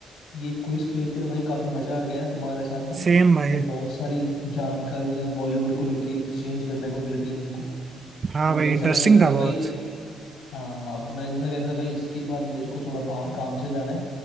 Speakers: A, on the left; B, on the right.
A: ये क्विज खेल के तो भाई काफी मजा आ गया है तुम्हारे साथ ना मतलब
B: सेम भाई
A: बहुत सारी जानकारियां बॉलीवुड को लेके एक्सचेंज करने को मिल गई हमको
B: हाँ
A: और
B: भाई
A: जैसे
B: इंटरेस्टिंग
A: मैं कह रहा
B: था
A: था
B: बहुत
A: भाई हाँ अब मैं जैसा कह रहा था भाई इसके बाद मेरे को थोड़ा बाहर काम से जाना है